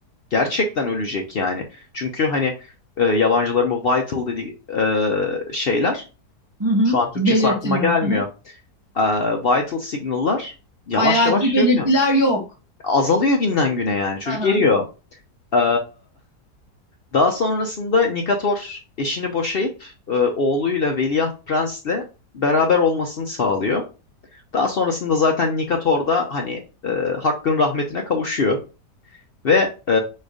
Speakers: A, on the left (about 60°); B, on the right (about 20°).
A: Gerçekten ölecek yani. Çünkü hani e, yabancıların bu vital dediği e, şeyler
B: hı hı,
A: şu an Türkçesi
B: belirtiler.
A: aklıma gelmiyor.
B: Hı hı.
A: E, vital signal'lar yavaş
B: Hayati
A: yavaş şey
B: belirtiler
A: yapıyor.
B: yok.
A: Azalıyor günden güne yani çocuk
B: Hı hı.
A: eriyor. E, Daha sonrasında Nikator eşini boşayıp e, oğluyla Veliaht Prens'le beraber olmasını sağlıyor. Daha sonrasında zaten Nikator da hani e, Hakk'ın rahmetine kavuşuyor ve e,